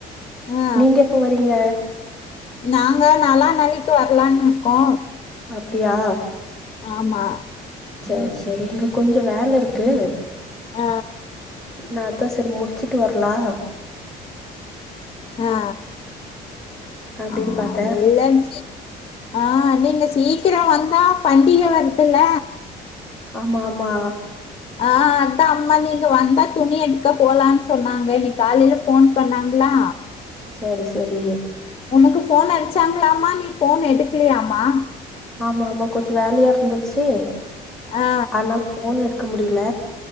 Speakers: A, on the left (about 35°); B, in the centre.
A: ஆ
B: நீங்க எப்ப வரீங்க
A: நாங்க நல்லான்னைக்கு வரலாம்னு இருக்கோ
B: அப்டியா
A: ஆமா
B: சேரி சேரி இங்க கொஞ்சோ வேல இருக்கு
A: அ
B: நேத்தே சேரி முடிச்சுட்டு வரலா
A: அ
B: அப்டின்னு
A: அ
B: பாத்தே
A: இல்ல <inaudible> அ நீங்க சீக்கிர வந்தா பண்டிக வருதுல
B: ஆமா ஆமா
A: அ அதான் அம்மா நீங்க வந்தா துணி எடுக்க போலான்னு சொன்னாங்க இன்னைக்கு காலையில போன் பண்ணாங்களா
B: சரி சரி
A: உனக்கு போன் அடிச்சாங்களாமா நீ போன் எடுக்கலையாமா
B: ஆமா ஆமா கொஞ்சோ வேலயா இருந்துருச்சு
A: ஆ
B: அதனால ஃபோன் எடுக்க முடியல